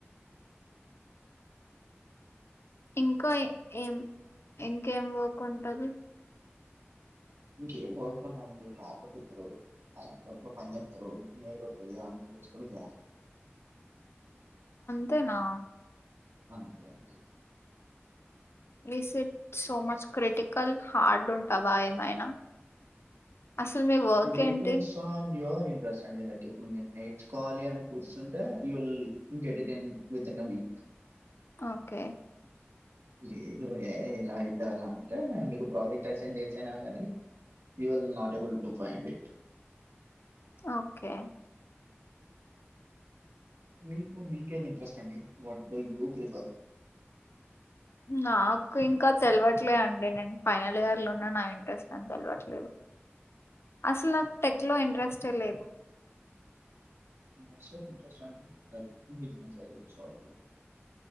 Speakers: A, on the left; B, on the right.
A: ఇంకా ఏం ఇంకేం వాక్ ఉంటది
B: ఇంకేం వర్క్ ఉండదండి. ల్యాప్టాప్ ఇస్తారు ఆ ల్యాప్టాప్ లో పని చెప్తారు మెయిల్ వత్తది ఆ మెయిల్ <unintelligible>
A: తేనా
B: అంతే అండి
A: reset so much critical hard ఉంటవా ఏమైనా అసలు మీ వర్క్
B: ఇన్ డిపెండ్స్
A: ఏంటి
B: ఆన్ యూవర్ ఇంట్రెస్ట్ అండి నాకి ఇప్పుడు మీరు నేర్చుకోవాలి అని కూర్చుంటే you will get it in within week
A: okay
B: లేదులే ఎలా అయితే అలా అంటే మేము మీకు ప్రాజెక్ట్ అసైన్ చేశారా గాని you will not able to find it
A: okay
B: మీకు మీకెంది ఇంట్రెస్ట్ అండి వాట్ గోయింగ్ యూ ప్రిఫర్
A: నాకు ఇంకా తెలవట్లే అండి నేను ఫైనల్ ఇయర్ లో ఉన్న నా ఇంట్రెస్ట్ నాకు తెలవట్లేదు. అసలు నాకు
B: ఓకే
A: టెక్ లో ఇంట్రెస్టే లేదు
B: <unintelligible> ఇంట్రెస్టా అండి లైక్ బిజినెస్ ఐడియా ఇచ్చే వాళ్ళు